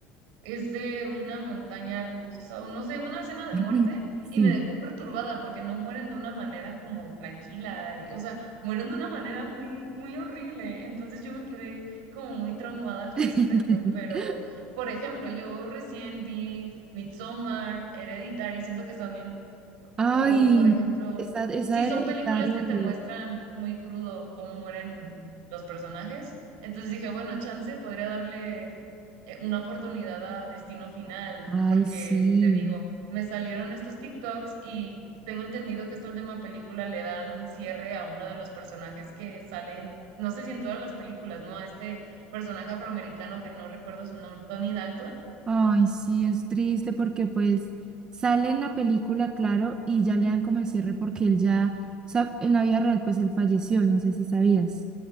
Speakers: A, on the right; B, on the right.
A: es de una montaña rusa o no sé, una escena de
B: <laughs>
A: muerte
B: Sí.
A: y me dejó perturbada porque no mueren de una manera como tranquila, y- o sea, mueren de una manera muy, muy horrible. Entonces yo me quedé como muy traumada al respecto,
B: <laughs>
A: pero por ejemplo, yo recién vi Midsommar, Hereditary, siento que también
B: Ay,
A: o, por ejemplo,
B: esa, esa
A: si son
B: hereditaria
A: películas que
B: horrible.
A: te muestran muy crudo cómo mueren los personajes, entonces dije, bueno, chance podría darle eh, una oportunidad a Destino Final,
B: Ay,
A: porque
B: sí.
A: te digo, me salieron estos TikToks y tengo entendido que esta última película le dan un cierre a uno de los personajes que salen, no sé si en todas las películas, ¿no? A este personaje afroamericano que no recuerdo su nombre, Tony Dalton.
B: Ay, sí, es triste porque pues sale en la película, claro, y ya le dan como el cierre porque él ya, o sea, en la vida real pues él falleció, no sé si sabías,